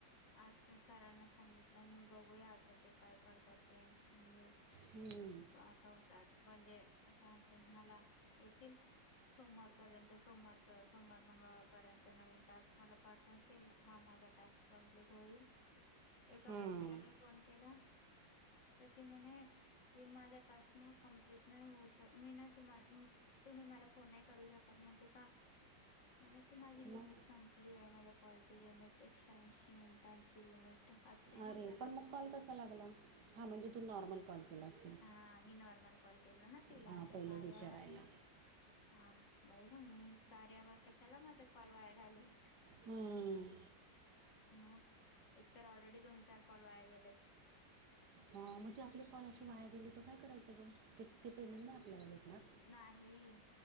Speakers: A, on the left; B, on the right.
A: आज ते सरांना सांगितलं मी, बघूया आता ते काय करतात ते. म्हणजे
B: हं.
A: पाठवतात. म्हणजे आता ते मला येतील सोमवार पर्यंत. सोमवारपर्यंत, सोमवार, सोमवार मंगळवारपर्यंत नवीन टास्क मला पाठव तील. हा माझा टास्क कंप्लीट होईल. एका
B: हं,
A: व्यक्तीला मी फोन केला तर ती म्हणे, कि माझा टास्क ना कम्प्लीट नाही होऊ शक, मी नाय तुम्हाला म तुम्ही मला फोन नाही करू शकत. म्हटले का? म्हणे की माझी लिमिट
B: मग
A: संपली आहे. मला कॉल ची लिमिट. एकशेऐंशी मिनिटांची लिमिट असते ना
B: अरे!
A: प्रत्येकी
B: पण मग कॉल कसा लागला? हा म्हणजे तू नॉर्मल कॉल केला असशील.
A: हा. मी नॉर्मल कॉल केला ना तिला,
B: हां
A: आता
B: पहिले
A: कार्यावर
B: विचारायला
A: मी हा, बाई ग मी, कार्यावर कशाला माझा कॉल वाया घालवू.
B: हम्म्म.
A: मग, एकतर ऑलरेडी दोन चार कॉल वाया गेलेत.
B: आं, मग ते आपली कॉल अशे वाया गेले तर काय करायचं ग? ते ते पेमेंट नाही आपल्याला भेटनार?
A: नाही.